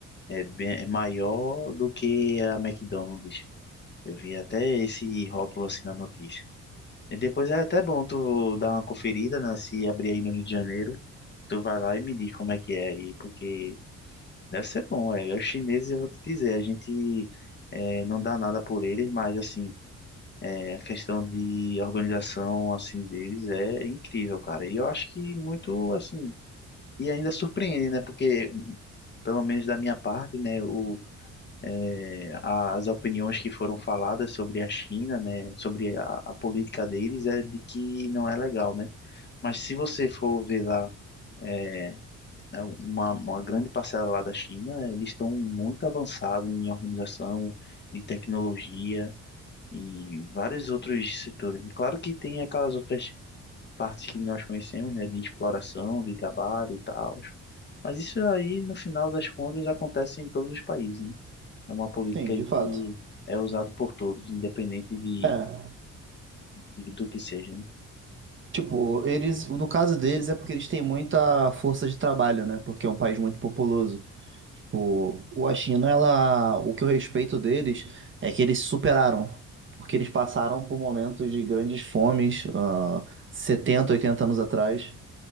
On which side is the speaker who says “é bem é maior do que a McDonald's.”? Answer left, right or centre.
Left